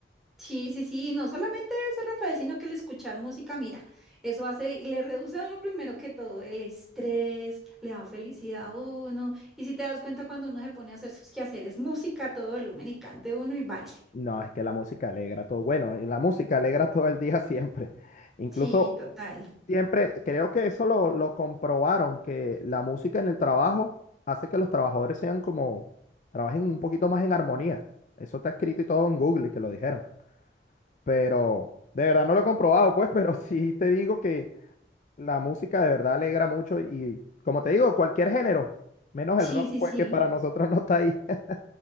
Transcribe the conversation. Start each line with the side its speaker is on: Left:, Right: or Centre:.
Centre: Sí, sí, sí, y no solamente eso, Rafael, sino que el escuchar música, mira, eso hace, y le reduce a uno primero que todo el estrés, le da felicidad a uno, y si te das cuenta cuando uno se pone a hacer sus quehaceres, música, a todo volumen y cante uno y baile.
Left: No, es que la música alegra todo, bueno, y la música alegra <laughs> todo el día siempre. Incluso
Centre: Sí, total.
Left: siempre, creo que eso lo, lo comprobaron, que la música en el trabajo hace que los trabajadores sean como, trabajen un poquito más en armonía. Eso está escrito y todo en Google, y que lo dijeron, pero de verdad no lo he comprobado, pues, <laughs> pero sí te digo que... La música de verdad alegra mucho y, como te digo, cualquier género, menos
Centre: Sí,
Left: el rock,
Centre: sí,
Left: pues
Centre: sí.
Left: que para nosotros <laughs> no está ahí. <laughs>